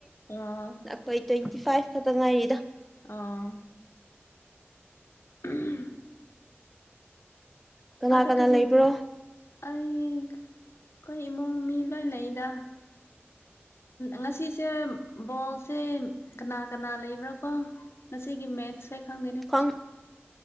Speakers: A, on the left (about 65°); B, in the centre.
A: ꯑꯣ
B: ꯑꯩꯈꯣꯏ ꯇ꯭ꯋꯦꯟꯇꯤ ꯐꯥꯏꯚ ꯈꯛꯇ ꯉꯥꯏꯔꯤꯗꯣ
A: ꯑꯣ <unintelligible>
B: ꯀꯅꯥ
A: ꯑꯗ
B: ꯀꯅꯥ
A: ꯀꯔꯤ
B: ꯂꯩꯕ꯭ꯔꯣ
A: ꯑꯩ ꯈꯣꯢ ꯢ ꯏꯃꯨꯡ ꯃꯤ ꯂꯣꯏ ꯂꯩꯗ ꯉꯁꯤꯁꯦ ꯕꯣꯜꯁꯦ ꯀꯅꯥ ꯀꯅꯥ ꯂꯩꯕ꯭ꯔꯥ ꯀꯣ ꯁꯤꯒꯤ ꯃꯦꯠꯁꯁꯦ ꯈꯪꯗꯅꯦ
B: ꯈꯪ